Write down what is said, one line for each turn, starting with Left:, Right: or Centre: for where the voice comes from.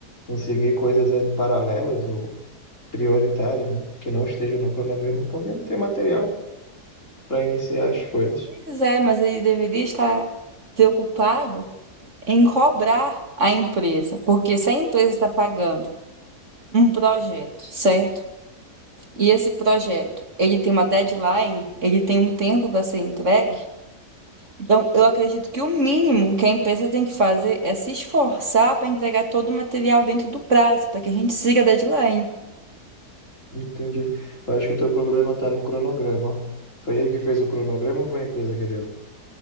Left: Em seguir coisas eh, paralelas ou prioritárias, né? Que não estejam no cronograma, porque não tem material para iniciar as coisas.
Right: Pois é, mas ele deveria estar preocupado em cobrar a empresa, porque se a empresa está pagando um projeto, certo? E esse projeto, ele tem uma deadline, ele tem um tempo para ser entregue. Então, eu acredito que o mínimo que a empresa tem que fazer é se esforçar para entregar todo o material dentro do prazo, para que a gente siga a deadline.
Left: Entendi. Eu acho que o teu problema está no cronograma. Foi ele que fez o cronograma ou foi a empresa que deu?